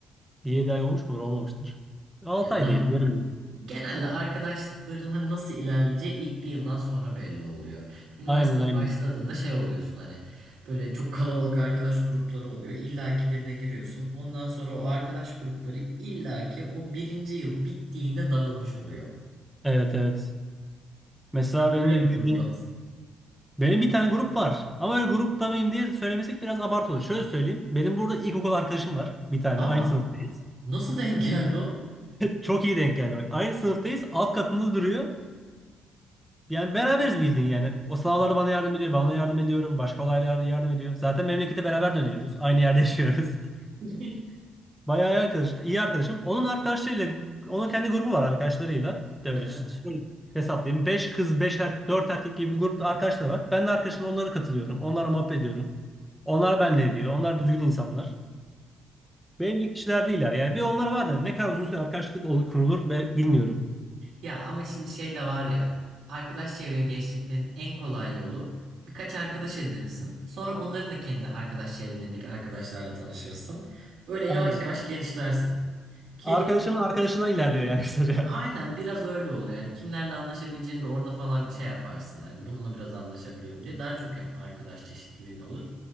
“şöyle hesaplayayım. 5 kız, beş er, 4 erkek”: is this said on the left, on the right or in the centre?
Centre